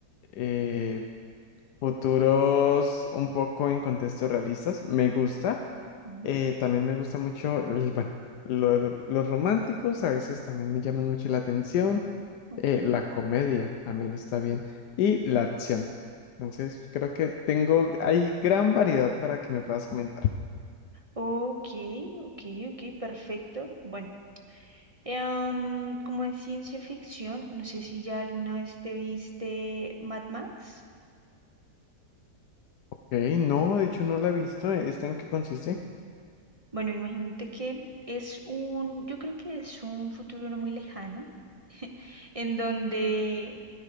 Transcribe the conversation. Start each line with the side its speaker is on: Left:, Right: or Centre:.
Left: eh, Futuros un poco en contextos realistas, me gusta.
Right: ujú,
Left: Eh, también me gusta mucho, el- bueno, lo- lo- los románticos a veces también me llaman mucho la atención.
Right: ok,
Left: Eh, la comedia también está bien. Y la acción. Entonces, creo que tengo, hay gran variedad para que me puedas comentar.
Right: ok, ok, ok, perfecto. Bueno. Em, como es ciencia ficción, no sé si ya alguna vez te viste Mad Max.
Left: Ok, no, de hecho no la he visto. ¿Esta en qué consiste?
Right: Bueno, imagínate que es un, yo creo que es un futuro no muy lejano, en donde